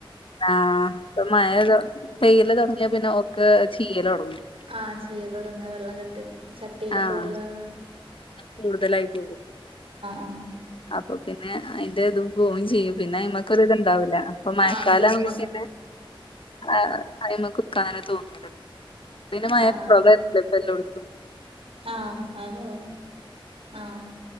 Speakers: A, on the left (about 70°); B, on the right (about 85°).
A: ആഹ് മഴ പെയ്യൽ തുടങ്ങിയ പിന്നെ ഒക്കെ ചീയല് തുടങ്ങും
B: ആഹ് ചീയൽ തുടങ്ങ വെള്ളം കെട്ടി ചട്ടിയിലൊക്കെ
A: ആഹ്
B: വെള്ളാവാ
A: കൂടുതലായി പോകും
B: ആഹ്
A: അപ്പൊ പിന്നെ അതിന്റെ ഇതും പോവേം ചെയ്യും പിന്നെ അയ്മ്മക്കൊരിത്ണ്ടാവില്ല അപ്പൊ മഴക്കാലം
B: ആഹ് നമുക്ക് ഇടുന്നുണ്ടാവും
A: ആവുമ്പ പിന്നെ ആഹ് അയ്മകുക്കനെ തോന്നൂല്ല പിന്നെ മയപ്പല്ലടുത്തും
B: ആഹ് ആഹ് ആഹ് ആക് ആഹ്